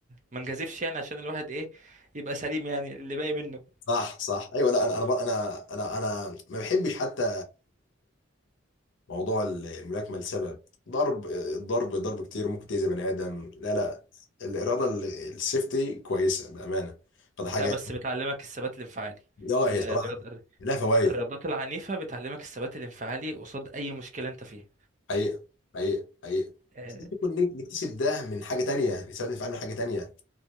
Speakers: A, on the right (about 35°); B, on the left (about 70°).
A: ما نجازفش يعني عشان الواحد ايه يبقى سليم يعني اللي باقي منه
B: صح صح ايوه لا انا انا انا انا انا ما بحبش حتى موضوع الملاكمه لسبب ضرب الضرب ضرب كتير ممكن تأذي بني ادم لا لا الاراده ال- السيفتي كويسه بامانه فده حاجه
A: لا بس بتعلمك الثبات الانفعالي
B: اه هي
A: الرياض...
B: صراحه لها فوائد
A: الرياضات العنيفة بتعلمك الثبات الانفعالي قصاد أي مشكلة أنت فيها
B: حقيقه حقيقه حقيقه
A: آه،
B: بس ممكن نك- نكتسب ده من حاجه تانية نستفاد من فعلا حاجه تانية